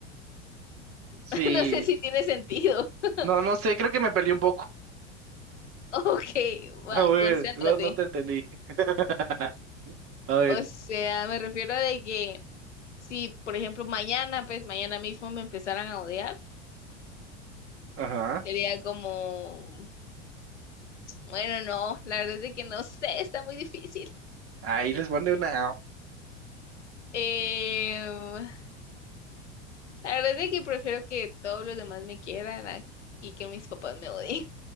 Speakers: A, on the right (about 40°); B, on the left (about 80°).
A: Sí,
B: <laughs> No sé si tiene sentido. <laughs>
A: No, no sé, creo que me perdí un poco.
B: Ok,
A: <laughs>
B: va,
A: A ver,
B: concéntrate.
A: no, no te entendí. <laughs> A ver,
B: O sea, me refiero a de que si, por ejemplo, mañana, pues mañana mismo me empezaran a odiar,
A: ajá.
B: sería como, bueno, no, la verdad es de que no sé, está muy difícil.
A: Ahí les pone una.
B: Em, la verdad es de que prefiero que todos los demás me quieran a- y que mis papás me odien.